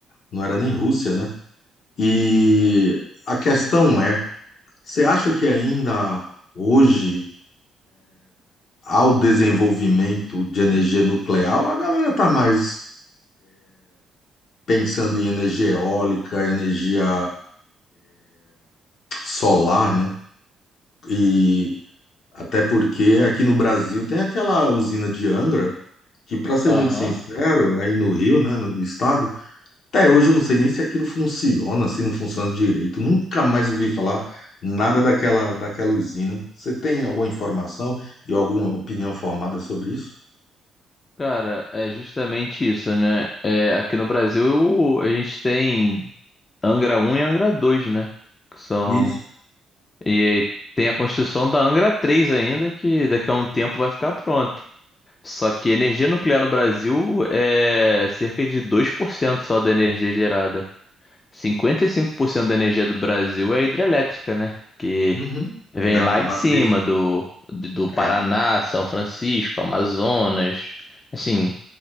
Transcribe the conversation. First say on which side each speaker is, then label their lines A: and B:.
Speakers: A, on the left; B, on the left.
A: não era nem Rússia, né? E a questão é, você acha que ainda hoje ao desenvolvimento de energia nuclear, a galera está mais pensando em energia eólica, energia solar, né? E até porque aqui no Brasil tem aquela usina de Angra, que, para ser
B: aham.
A: muito sincero, aí no Rio, né, no estado, Até hoje eu não sei nem se aquilo funciona, se não funciona direito. Nunca mais ouvi falar nada daquela, daquela usina. Você tem alguma informação e alguma opinião formada sobre isso?
B: Cara, é justamente isso, né? É, aqui no Brasil eu- a gente tem Angra um e Angra dois, né? Que são.
A: Isso.
B: E tem a construção da Angra três ainda, que daqui a um tempo vai ficar pronta. Só que energia nuclear no Brasil é cerca de 2% só da energia gerada. 55% da energia do Brasil é hidrelétrica, né? Que
A: Uhum.
B: Vem
A: É,
B: lá
A: a
B: de
A: matriz.
B: cima do, do Paraná,
A: É.
B: São Francisco, Amazonas, assim,